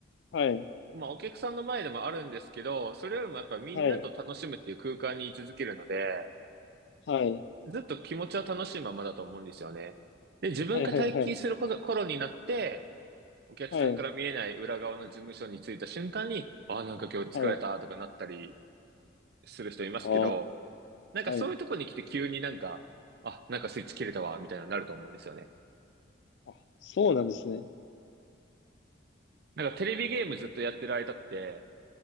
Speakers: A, on the left; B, on the right.
A: はい。
B: まあ、お客さんの前でもあるんですけど、それよりもやっぱみんなと楽しむっていう空間に居続けるので、
A: はい。はい。
B: ずっと気持ちは楽しいままだと思うんですよね。で、自分が退勤する頃頃になって、
A: はい。はい。はい。
B: お客さんから見えない裏側の事務所に着いた瞬間に、
A: はい。
B: ああ、なんか今日疲れたとかなったり
A: はい。
B: する人いますけど、
A: ああ、
B: なんかそういうとこに来て急になんか、
A: はい。
B: あ、なんかスイッチ切れたわ、みたいなのになると思うんですよね。
A: あ、そうなんですね。
B: なんかテレビゲームずっとやってる間って、